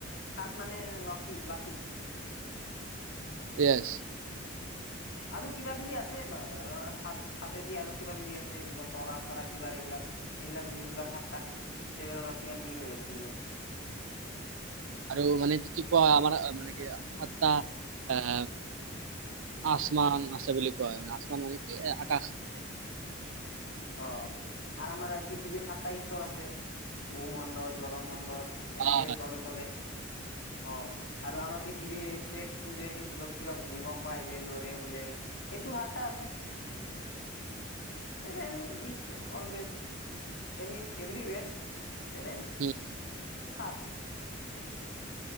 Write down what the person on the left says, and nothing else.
সাত মানে লকী লাকী৷
আৰু কিবা কিবি আছে বা সাত সাতেদি আৰু কিবা কিবি আছে কিবা তৰা চৰা কিবা এইবিলাক এইবিলাক বুলিলে কিবা সাতাৰ <unintelligible> কিবা মিল হৈ আছে বোলে৷
অ আৰু আমাৰ পৃথিৱীৰ সাতটা স্তৰ আছে ভূমণ্ডল জলমণ্ডল৷ এনেকে
তলে তলে অ আৰু আমাৰ পৃথিৱী এই প্লেট টো যে জীৱক কিবা ভূমিকম্প আহিলে লৰে বোলে সেইটো হাতটা আছে৷ even is always any everywhere seven
সাত৷